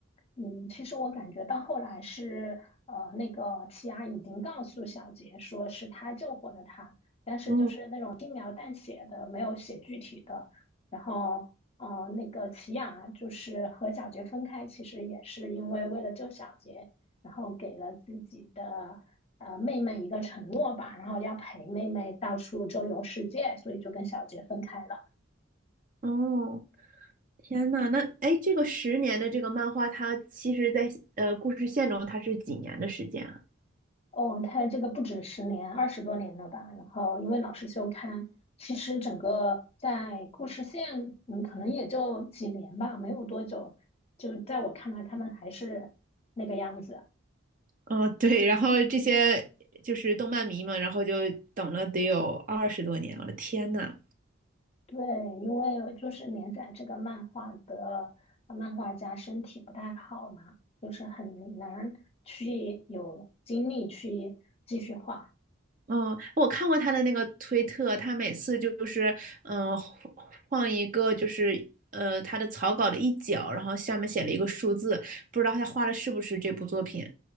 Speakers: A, on the left; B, on the right.
A: 嗯，其实我感觉到后来是，呃，那个齐阿已经告诉小杰说是他救活的他，但是就是那种轻描淡写的，
B: 嗯，
A: 没有写具体的。然后，呃，那个齐雅就是和小杰分开，其实也是因为为了救小杰，然后给了自己的呃妹妹一个承诺吧，然后要陪妹妹到处周游世界，所以就跟小杰分开了。
B: 哦，天呐，那哎，诶这个十年的这个漫画，它其实在呃故事线中它是几年的时间啊？<laughs>
A: 哦，他这个不止十年，二十多年了吧？然后因为老是休刊，其实整个在故事线，嗯，可能也就几年吧，没有多久。就在我看来，他们还是那个样子。
B: 哦，对，然后这些就是动漫迷嘛，然后就等了得有二十多年，我的天呐！
A: 对，因为就是连载这个漫画的呃漫画家身体不太好嘛，就是很难去有精力去继续画。
B: 嗯，我看过他的那个推特，他每次就是，嗯、呃换换一个就是，呃，他的草稿的一角，然后下面写了一个数字，不知道他画的是不是这部作品。